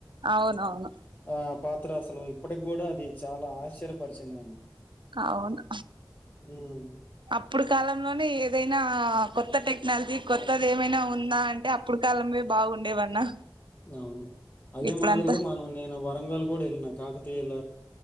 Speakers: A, on the right; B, on the left.
A: అవునవును
B: ఆ పాత్ర అసలు ఇప్పటికి కూడా అది చాలా ఆశ్చర్యపరిచింది నన్ను.
A: అవును
B: హ్మ్.
A: అప్పుడు కాలంలోనే ఏదైనా కొత్త టెక్నాలజీ కొత్తది ఏమైనా ఉందా అంటే అప్పుడు కాలమే బాగుండేవన్నా.
B: అవును అదే
A: ఇప్పుడంతా
B: మాదిరిగా మనం నేను వరంగల్ కూడా వెళ్ళినా కాకతీయుల